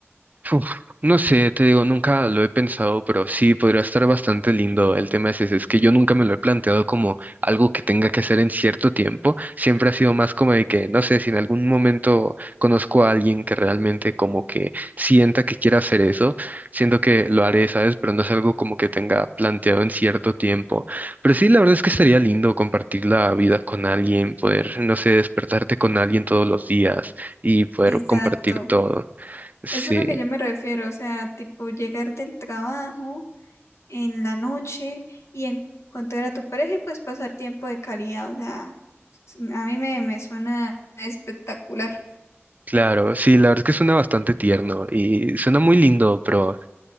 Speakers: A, on the right; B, on the left.
A: Uf, no sé, te digo, nunca lo he pensado, pero sí podría estar bastante lindo. El tema es ese, es que yo nunca me lo he planteado como algo que tenga que hacer en cierto tiempo. Siempre ha sido más como de que, no sé, si en algún momento conozco a alguien que realmente como que sienta que quiera hacer eso, siento que lo haré, ¿sabes? Pero no es algo como que tenga planteado en cierto tiempo. Pero sí, la verdad es que estaría lindo compartir la vida con alguien, poder, no sé, despertarte con alguien todos los días y poder
B: Exacto.
A: compartir todo. Sí.
B: Eso es lo que yo me refiero. O sea, tipo llegar del trabajo en la noche y encontrar a tu pareja y pues pasar tiempo de calidad. O sea, s- a mí me, me suena espectacular.
A: Claro, sí, la verdad es que suena bastante tierno y suena muy lindo, pero